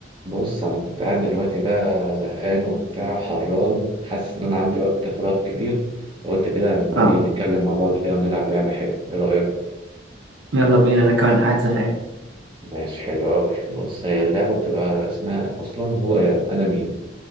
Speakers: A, on the right (about 25°); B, on the right (about 85°).
A: بص انا كنت قاعد دلوقتي بقى زهقان وبتاع حران حاسس ان انا عندي وقت فراغ كبير فقلت كده لما
B: اه
A: ايه نتكلم مع بعض كده ونلعب لعبه حلوه ايه رايك
B: يلا بينا انا كمان قاعد زهقان
A: ماشي حلو قوي بص هي اللعبه بتبقى اسمها اصلا هو انا انا مين